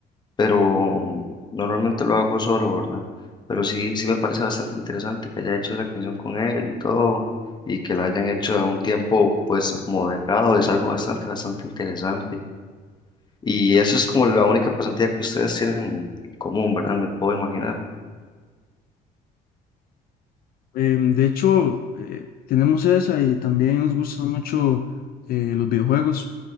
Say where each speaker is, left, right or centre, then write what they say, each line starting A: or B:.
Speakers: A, on the left; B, on the left.
A: pero mm, normalmente lo hago solo, ¿verdad? Pero sí, sí me parece bastante interesante que haya hecho esa canción con él y todo, y que la hayan hecho a un tiempo pues moderado, es algo bastante, bastante interesante. Y eso es como la única pasantía que ustedes tienen en común, ¿verdad? Me puedo imaginar.
B: Em, de hecho, eh, tenemos esa y también nos gustan mucho eh, los videojuegos.